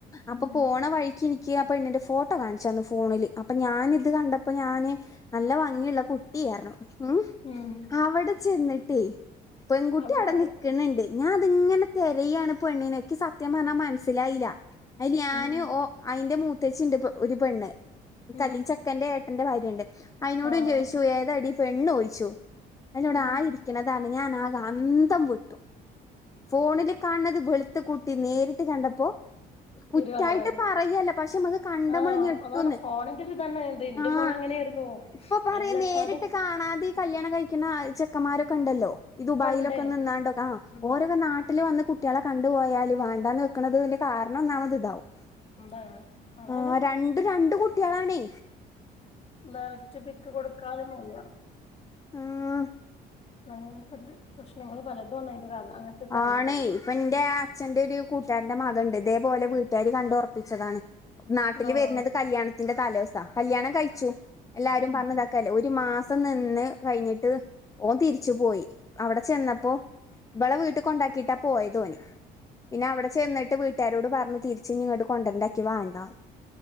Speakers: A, on the left; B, on the left.
A: അപ്പൊ
B: ഉം
A: പോണ വഴിക്ക് എനിക്ക് അ പെണ്ണിന്റെ ഫോട്ടോ കാണിച്ചെന്ന് ഫോണില് അപ്പൊ ഞാൻ ഇത് കണ്ടപ്പോ ഞാന് നല്ല ഭംഗിയുള്ള കുട്ടിയർഞ്ഞു ഉം
B: ഉം
A: അവിടെ ചെന്നിട്ടേ പെൺകുട്ടി
B: ആള്
A: അവിടെ
B: മാറി
A: നിക്ക്ണ് ണ്ട് ഞാൻ തിങ്ങനെ തെരയാണ് പെണ്ണിനെ ക്ക് സത്യം പറഞ്ഞാ മനസ്സിലായില്ല അയ്ൽ ഞാന്
B: ഉം
A: ഓഹ് അയിന്റെ മൂത്തച്ചി ണ്ട് ഒരു പെണ്ണ് കല്ലി
B: ഉം
A: ചെക്കന്റെ ഏട്ടന്റെ ഭാര്യണ്ട് അയിനോട്
B: ആഹ്
A: ചോയിച്ചു ഏതാടി പെണ്ണ് ഓയിച്ചു അഹ് ന്നോട്
B: ഉം
A: ആ യിരിക്കണത ഞാൻ ആക അന്തം വിട്ടു ഫോണിൽ കാണുന്നത് വെൾ ത്ത് കൂട്ടി നേരിട്ട് കണ്ടപ്പോ കുറ്റായിട്ട്
B: ഇരു കളറായി
A: പറയല്ല പക്ഷെ മ്മക്ക് കണ്ടാ
B: ആഹ്
A: മ്മൾ ഞെട്ടും
B: അതാണ്
A: ന്ന്
B: ഫോണിന്റെ ഒരു ഇതാണ് ഇത് ഇന്റെ
A: ആഹ്‌
B: ഫോൺ അങ്ങനെയായിരുന്നു
A: ഇപ്പൊ പറയാ
B: നല്ല
A: നേരിട്ട്
B: തടി
A: കാണാതെ ഈ കല്യാണം കഴിക്ക <unintelligible> ചെക്കമാരൊക്കെ ഇണ്ടല്ലോ ഈ ദുബായിലൊക്കെ
B: ഇപ്പ ഇണ്ടേനും
A: നിന്നാണ്ടോകെ ആഹ്
B: ഉം
A: ഓരോകെ നാട്ടിൽ വന്ന് കു കുട്ടിളെ കണ്ടുപോയാൽ വാണ്ടാന്ന് വെക്കുന്നതിന്റെ കാരണം ഒന്നാമത് ഇതാവും
B: എന്താണ് അതാണ്
A: ആഹ് രണ്ടു രണ്ടു കുട്ട്യാളാണേ
B: ഡറക്റ്റ് പിക്ക് കൊടുക്കാനു വയ്യ
A: ആഹ്
B: അങ്ങന കെ ണ്ട് പ്രശ്നങ്ങള് പലതും <unintelligible> ഒരു കാരണത്താല്
A: ആണെ ഇപ്പൊ ഇന്റെ അച്ഛന്റെ ഒരു കൂട്ടുകാരന്റെ മ ത്ണ്ട് ഇതേ പോലെ വീട്ടാര് കണ്ട് ഉറപ്പിച്ചതാണ് നാട്ടിൽ
B: ആഹ്
A: വരുന്നത് കല്യാണത്തിന്റെ തലോസ കല്യാണം കഴിച്ചു എല്ലാരും
B: ഉം
A: പറഞ്ഞതാക്കല്ലേ ഒരു മാസ നിന്ന് കഴിഞ്ഞിട്ട് ഓൻ തിരിച്ചു പോയി അവിടെ ചെന്നപ്പോ ഇവളെ വീ ട്ട് കൊണ്ടാക്കിയിട്ടാ പോയതോന് പിന്നെ അവിടെ ചെന്നിട്ട് വീട്ടുകാരോട് പറഞ്ഞു തിരിച്ച്ഞ്ഞി ങ്ങട്ട് കൊണ്ടര്ണ്ടാ ക്കിവാണ്ടാ